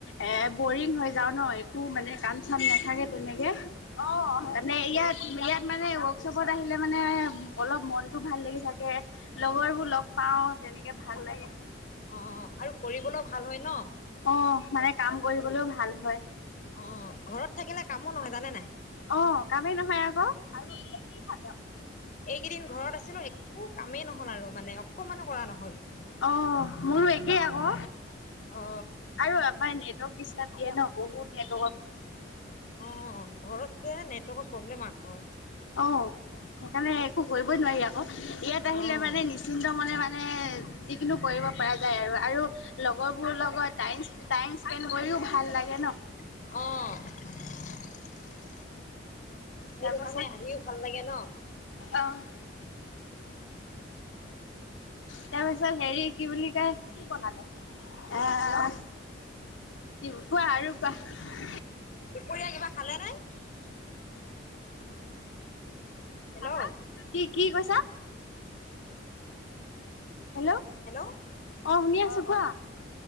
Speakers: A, on the left (about 80°); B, on the left (about 40°).
A: এ বৰিং হৈ যাওঁ ন'একো মানে কাম চাম নাথাকে। তেনেকে অ, মানে ইয়াত ইয়াত মানে ৱৰ্কশ্বপত আহিলে মানে অলপ মনটো ভাল লাগি থাকে, লগৰ বোৰ লগ পাওঁ, তেনেকে ভাল লাগে।
B: অ' আৰু কৰিবলৈ ভাল হয় ন?
A: অ মানে কাম কৰিবলৈও ভাল হয়।
B: অ'ঘৰত থাকিলে কামো নহয় জানে নাই?
A: অ কামেই নহয় আকৌ, আৰু এতিয়া কি খালে আপুনি?
B: এইকিদিন ঘৰত আছিলোঁ, একো কামেই নহ'ল আৰু মানে অকমানো কৰা নহ'ল।
A: অ, মোৰো একে আকৌ,
B: অ
A: আৰু আব্বাৰ নেট ডিষ্টাব দিয়ে ন? বহুত নেট
B: অ', ঘৰত যে নেটৱৰ্কৰ প্ৰব্লেম আকৌ
A: অ। সেইকাৰণে একো কৰিবই নোৱাৰি আকৌ, ইয়াত
B: অ',
A: আহিলে মানে নিশ্চিন্ত মনে মানে যিকিনো কৰিব পাৰা যায় আৰু, আৰু লগৰ বোৰ লগত টাইম স্পে টাইম স্পেন কৰিও ভাল লাগে ন?
B: অ'। সেইটো
A: তাৰপাছত
B: কাৰণে আহিও ভাল লাগে ন?
A: অ', তাৰপিছত হেৰি কি বুলি কয় কি বনালে? আহ কি কোৱা আৰু কোৱা।
B: দুপৰীয়া কিবা খালেনে? হেল্ল',
A: হা হা কি কি কৈছা হেল্লো'
B: হেল্লো'
A: অ শুনি আছো কোৱা